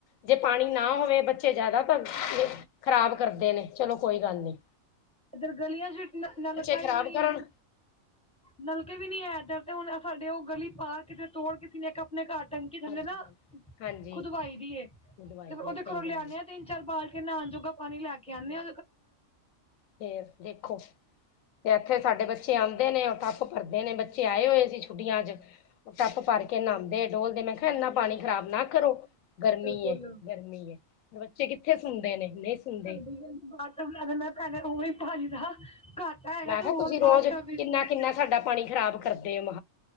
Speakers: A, on the left (about 85°); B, in the centre.
A: ਜੇ ਪਾਣੀ ਨਾ ਹੋਵੇ ਬੱਚੇ ਜਿਆਦਾ ਤਾਂ
B: ਜੀ
A: ਖ਼ਰਾਬ ਕਰਦੇ ਨੇ ਚਲੋ ਕੋਈ ਗੱਲ ਨੀ
B: ਇਧਰ ਗਲੀਆਂ ਚ ਨਲਕਾ
A: ਖ਼ਰਾਬ
B: ਹੀ ਨਹੀਂ
A: ਕਰਨ
B: ਹੈ ਨਲਕੇ ਵੀ ਨੀ ਹੈ ਇਧਰ ਤੇ ਹੁਣ ਸਾਡੇ ਉਹ ਗਲੀ ਪਾਰ ਕਿਤੇ ਤੋੜ ਕਿਸੇ ਨੇ ਇੱਕ ਆਪਣੇ ਘਰ ਟੈਂਕੀ ਥੱਲੇ
A: ਹਾਂਜੀ
B: ਨਾ
A: ਹਾਂਜੀ ਹਾਂਜੀ
B: ਖੁਦਵਾਈ ਦੀ ਏ
A: ਦਵਾਈ
B: ਤੇ ਉਹਦੇ
A: ਦੀ ਹੈ ਸਹੀ
B: ਘਰੋਂ ਲਿਆਦੇ
A: ਗੱਲ
B: ਹ ਤੇ ਚੱਲ ਨਹਾਉਣ ਜੋਗਾ ਬਾਲਟੀ ਪਾਣੀ ਲੈ ਆਈਦਾ
A: ਫੇਰ ਦੇਖੋ ਤੇ ਇੱਥੇ
B: ਜੀ
A: ਸਾਡੇ ਬੱਚੇ ਬੱਚੇ ਆਉਂਦੇ ਨੇ ਉਹ ਟੱਪ ਭਰਦੇ ਨੇ ਬੱਚੇ ਆਏ ਹੋਏ ਸੀ ਛੁੱਟੀਆਂ ਚ ਉਹ ਟੱਪ ਭਰ ਕੇ ਨਹਾਉਂਦੇ ਦੇ ਡੋਲ ਦੇ ਮੈਂ ਕਿਹਾ ਇੰਨਾ ਪਾਣੀ ਖਰਾਬ ਨਾ ਕਰੋ ਗਰਮੀ
B: ਬਿਲਕੁਲ
A: ਗਰਮੀ ਹੈ ਬੱਚੇ ਕਿੱਥੇ ਸੁਣਦੇ ਨੇ ਨਹੀਂ ਸੁਣਦੇ
B: ਸਾਡੀਦੀ ਬਾਟਮ ਲਗੈਂ ਭੈ ਉਹੀ ਪਾਣੀ ਦਾ ਘੱਟ
A: ਮੈਂ
B: ਤ ਹੋਰ
A: ਕਿਹਾ ਤੁਸੀਂ
B: ਬਾਦ
A: ਰੋਜ਼ ਕਿੰਨਾ
B: ਚ
A: ਕਿੰਨਾ ਸਾਡਾ ਪਾਣੀ ਖ਼ਰਾਬ ਕਰਦੇ ਆ ਮ